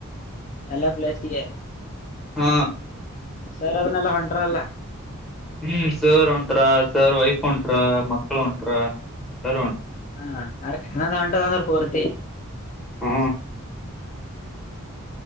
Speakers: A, on the left (about 35°); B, in the centre.
A: ಎಲ್ಲಾ ಪ್ಲೇಸಿಗೆ
B: ಹ
A: ಸರ್ ಅದನ್ನಲ್ಲಾ ಹೊಂಟಾರಲ್ಲ.
B: ಹು ಸರ್ ಹೊಂಟ್ರಾ ಸರ್ ವೈಫ್ ಹೊಂಟ್ರಾ ಮಕ್ಳು ಹೊಂಟ್ರಾ ಎಲ್ಲರೂ ಹೊಂಟ್ರಾ.
A: ಹಾ ಅರ್ಥ್ ಕನ್ನಡಾ ಹೊಂಟದ ಅಂದ್ರ ಪೂರ್ತಿ.
B: ಹು